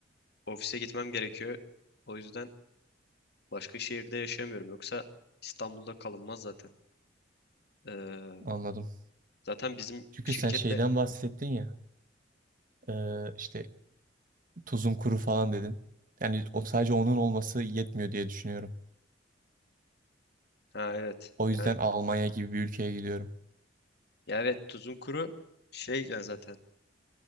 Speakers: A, on the left; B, on the right.
A: Ofise gitmem gerekiyor. O yüzden başka şehirde yaşayamıyorum. Yoksa İstanbul'da kalınmaz zaten. Ee,
B: anladım.
A: zaten bizim
B: Çünkü
A: şirkette
B: sen şeyden bahsettin ya ee, işte tuzum kuru falan dedin. Yani o sadece onun olması yetmiyor diye düşünüyorum.
A: ha evet.
B: O yüzden
A: Yani
B: Almanya gibi bir ülkeye gidiyorum.
A: Ya evet tuzun kuru şey ya zaten